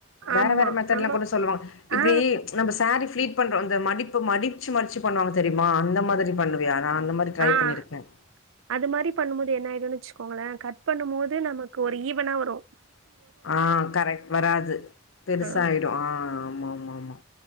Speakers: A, on the left (about 85°); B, on the right (about 85°).
A: வேற
B: ஆமா
A: வேற மெத்தட்லாம்
B: நம்ம
A: கூட சொல்லுவாங்க இப்படி
B: ஆ
A: நம்ம சாரி பளீட் பண்ற மடிப்பு மடிச்சு மடிச்சு பண்ணுவாங்க தெரியுமா அந்த மாதிரி பண்ணுவியா டா அந்த மாதிரி ட்ரை
B: ஆஹ்
A: பண்ணிருக்கேன்
B: அது மாதிரி பண் முடியா என்னாயிடும் வெச்சுக்கோங்களன் கட் பண்ணும் போது நமக்கு ஒரு இவ் பண்ண வறு
A: ஆஹ் கரெக்ட் வராது பெருச
B: ஆ,
A: ஆயிடும் ஆஹ் ஆமா ஆமா ஆமா